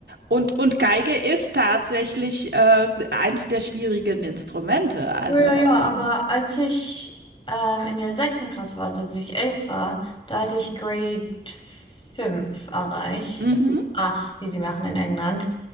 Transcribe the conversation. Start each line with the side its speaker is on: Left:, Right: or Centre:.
Right: Und und Geige ist tatsächlich, äh, eins der schwierigen Instrumente. Also,
Left: Ja, ja, ja,
Right: ähm,
Left: aber als ich ähm, in der sechsten Klasse war, also als ich elf war, da hatte ich Grade 5 erreicht.
Right: mhm.
Left: Acht, die sie machen in England.